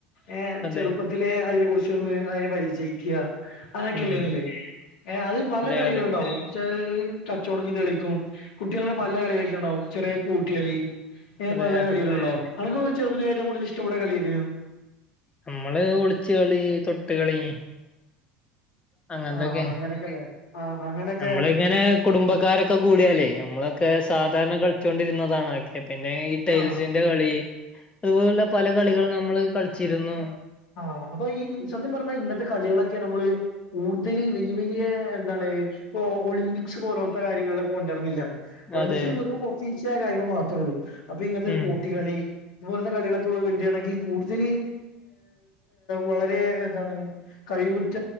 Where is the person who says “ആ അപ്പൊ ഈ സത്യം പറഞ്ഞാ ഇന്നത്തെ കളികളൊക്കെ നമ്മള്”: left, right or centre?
Left